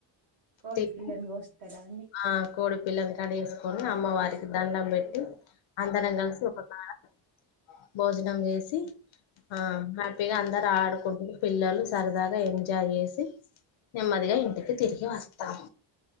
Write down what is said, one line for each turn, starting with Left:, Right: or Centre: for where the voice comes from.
Right: కోడి
Left: తిని
Right: పిల్లని కోస్ కధ అండి.
Left: ఆ కోడి పిల్లని కడేసుకొని అమ్మవారికి దండం బెట్టి అందరం గల్సి ఒక కాడ భోజనం చేసి ఆ హ్యాపీగా అందరు ఆడుకుంటు పిల్లలు సరదాగా ఏంజాయ్ ఎసి నెమ్మదిగా ఇంటికి తిరిగి వస్ తం